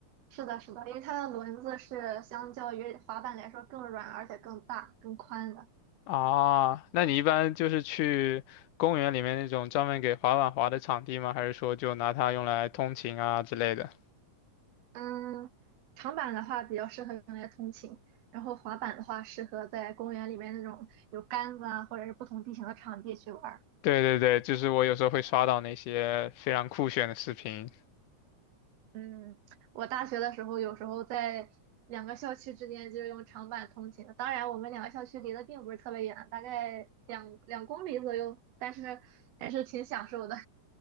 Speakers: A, on the right; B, on the left.
A: 是的，是的，因为它的轮子是相较于滑板来说更软，而且更大、更宽的。
B: 啊？那你一般就是去公园里面那种专门给滑板滑的场地吗？还是说就拿它用来通勤啊之类的？
A: 嗯，长板的话比较适合用来通勤，然后滑板的话适合在公园里面那种有杆子啊，或者是不同地形的场地去玩儿。
B: 对对对，就是我有时候会刷到那些非常酷炫的视频。
A: 嗯，我大学的时候有时候在两个校区之间就用长板通勤的，当然我们两个校区离得并不是特别远，大概两两公里左右，但是还是挺享受的。